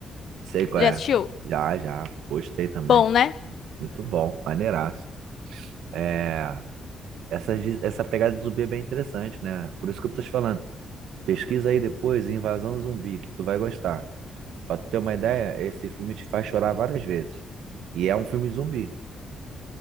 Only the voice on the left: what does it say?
Já
assistiu?
Bom, né?